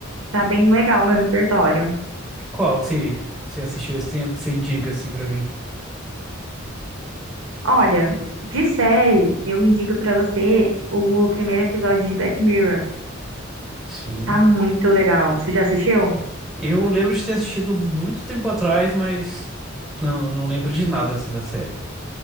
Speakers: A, on the right (about 80°); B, in the centre.
A: Tá bem legal o meu repertório.
B: Qual que você, você assistiu esse tempo que você indica assim pra mim?
A: Olha, de série, eu indico pra você o primeiro episódio de Black Mirror.
B: Sim.
A: Tá muito legal. Você já assistiu?
B: Eu lembro de ter assistido muito tempo atrás, mas não, não lembro de nada assim da série.